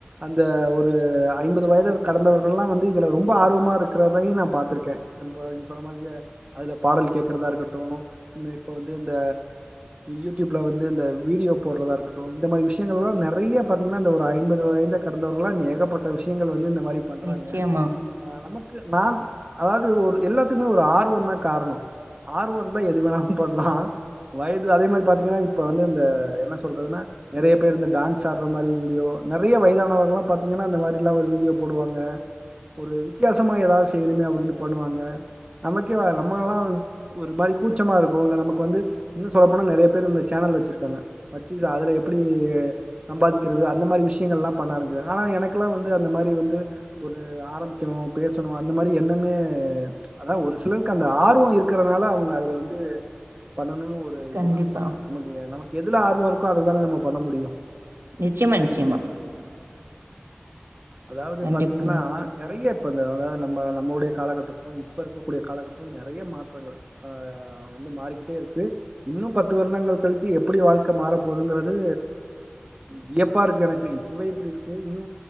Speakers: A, on the right (about 25°); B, on the right (about 80°).
A: அந்த ஒரு ஐம்பது வயது கடந்தவர்கல்லா வந்து இதுல ரொம்ப ஆர்வமா இருக்கிறதையு நா பாத்துருக்கன் இப்போ நீங்க சொன்ன மாதிரியே அதுல பாடல் கேக்றதா இருக்கட்டு இப்போ வந்து இந்த யூடுப்ல வந்து இந்த வீடியோ போடுறதா இருக்கட்டு இந்த மாரி விஷயங்கள் எல்லா நெறைய பாத்தீங்கன்னா ஒரு ஐம்பது வயத கடந்தவர்களா நீ ஏகப்பட்ட விஷயங்கள் வந்து இந்த மாரி பண்றாங்க
B: நிச்சயமா
A: ஆ நமக்கு நா அதவது ஒரு எல்லாத்துக்குமே ஒரு ஆர்வந்தான் காரணோ ஆர்வ இருந்தா எது வேணாலு பண்லா வயது அதே மாரி பாத்தீங்கன்னா இப்ப வந்து இந்த என்ன சொல்றதுனா நெறைய பேர் இந்த டான்ஸ் ஆடுற மாரி வீடியோ நெறைய வயதானவர்கல்லா பாத்தீங்கனா அந்த மாரில்லா ஒரு வீடியோ போடுவாங்க ஒரு வித்தியாசமா எதாவுது செய்யணுமே அப்பிடின்னு பண்ணுவாங்க நமக்கே நம்மங்கல்லா ஒரு மாரி கூச்சமா இருக்கு இல்ல நமக் கு வந்து இன்னு சொல்ல போன நெறைய பேர் இந்த சேனல் வச்சிருக்காங்க வச்சு அதுல எப்டி சம்பாதிக்கறது அந்த மாரி விஷயங்கள் எல்லா பண்ண ஆரம்பிறாங்க ஆனா எனக்கெல்லா வந்து அந்த மாரி வந்து ஒரு ஆரம்பிக்கணு பேசணு அந்த மாரி என்னமே அதா ஒரு சிலருக்கு அந்த ஆர்வோ இருக்கிறதுனால அவுங்க அதுல வந்து பண்ணணுன் ஒரு இது
B: கண்டிப்பா
A: தா நமக்கு நமக்கு எதுல ஆர்வ இருக்கோ அது தானே நம்ம பண்ண முடியும்
B: நிச்சயமா நிச்சயமா
A: அதாவுது
B: கண்டிப்பாங்க
A: பாத்திங்கன்னா நெறைய இப்ப இந்த அதா நம்ம நம்ம உடைய காலகட்டத்துக்கலா இப்ப இருக்க கூடிய காலகட்டத்துக்கும் நெறைய மாற்றங்கள் அ வந்து மாரி கிட்டேருக்கு இன்னு பத்து வருடங்கள் கழித்து எப்டி வாழ்க்க மாறபோதுங்கிறது வியப்பா இருக்கு எனக்கு இப்பவே இப்டி இருக்கு இன்னு